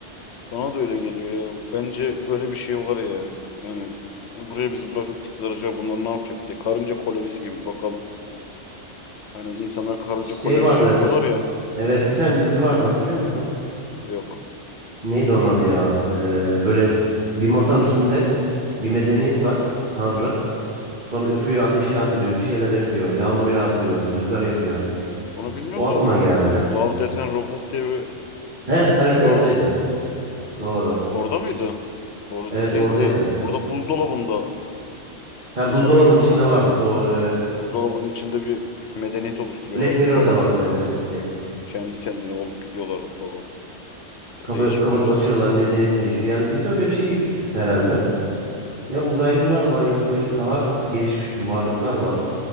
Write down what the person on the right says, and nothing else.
Şey vardı
evet bir tane dizi vardı hatırlıyor musun?
Neydi onun adı ya? Ee, böyle bir masanın üstünde bir medeniyet var tanrı. Sonra üflüyor ateş yağdırıyor bir şeyler yapıyor. Yağmur yağdırıyor rüzgar yapıyor.
O aklıma
geldi.
Heh evet
oradaydı
doğru.
Evet
oradaydı.
Ha
buzdolabının içinde vardı doğru evet.
Black Mirror'da
vardı benim dediğim şey.
Kapa
kapatıp
açıyorlar medeniyet değişiyor. Yani bizde öyle bir şey herhalde. Ya uzaylılar var ya da böyle daha gelişmiş bir varlıklar var.